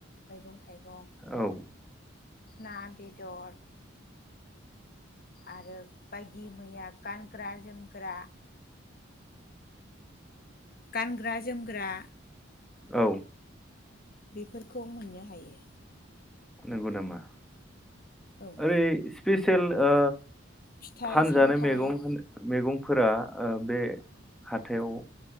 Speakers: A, on the left (about 45°); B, in the centre.
A: मैगं थाइगं
B: औ
A: ना बेदर आरो बायदि मैया गानग्रा जोमग्रा गानग्रा जोमग्रा
B: औ
A: बेफोरखौ मोननो हायो।
B: नंगौ नामा?
A: औ
B: ओरै स्पेसियेल ओ
A: फिथाइ
B: फानजानो
A: सामथाइ
B: मेगं होन मेगं फोरा ओ बे हाथायाव